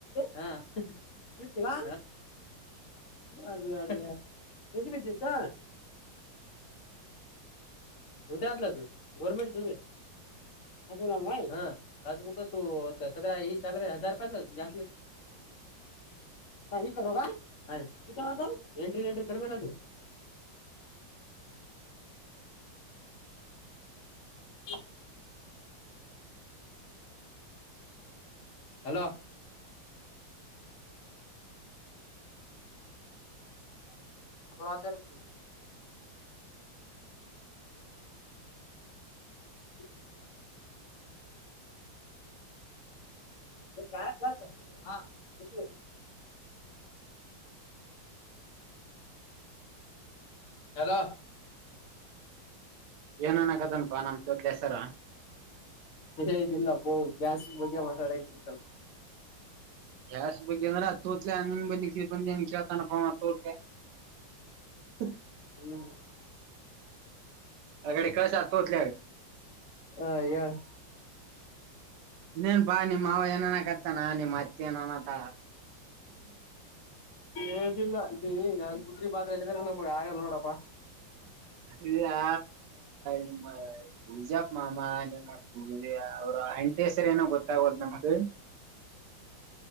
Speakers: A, on the left; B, on the right.
A: ಹ ಹ ಅದ ಅದ ಬ ಬಿಿದ್ದ ಉದ ಆ ಆದಲ ಗೋರ್ಮೆಂಟ್ ಚ ಹ ಹುಕ ಕದ್ರ ಈ ಚ ಹಾರ ರೂಪಾಯ ಜಾಸ್
B: ಕ್
A: ಹ ಈ ಕರ್ ಈತ ಎಂಟ್ರಿ ಎಂಟ್ರಿ ಕರ್ಮೇ
B: ಹ
A: ಕ್ಕಿ ಹಲೋ ಅತರ್ಚಿ ನಳ ಹೆ ಕ ಸ ಹಾ ಅಜುವ ಯದ
B: ಏನನ್ ಆಗದನಪಾ ನಮ ಚೋತ್ ಹೆಸರ
A: ಏನಿಲ್ಲ ಪೋ ಗ್ಯಾಸ್ ಬಗ್ಗೆ ಮಾತಾಡ ಈಸಲ್
B: ಗ್ಯಾಸ್ ಬ ಅಂದ್ರ ತೋತ್ಲೆ ನಿನ್ ಬ ಬಂದ ಏನ್ ಕೇಳ್ತನಪ ತೋತ್ಲೆ ಹ್ಮ
A: ಹ್ಮ್
B: ಅ ಕಡೆ ಕಸ ತೋತ
A: ಹ ಹೇಳಳ್
B: ಇನ್ನೇನ್ಪಾ ನಿಮ್ಮ್ ಏನನಕತ್ತಾನ ನಿಮ್ಮ್ ಅತ್ತೆ ಏನನತ್ತ
A: ಏದಿಲ್ಲ ಇ ಈಗ ಉುದ್ರಿ ಪಾತ್ರರೆ ಇದ್ದಾರ ನ ಹಾಗಲ್ಲ ನೋಡಪ್ಪಾ
B: ಇ ಆ ನಿಮ್ಮ ಪೂಜಾ ಮಾಮ ನಿಮ್ಮ ಪುಳಗ ಅವ್ರ ಎಂಟ ಹೆಸರ ಏನೋ ಗೊತ್ತಾಗಲ್ ನಮಗ್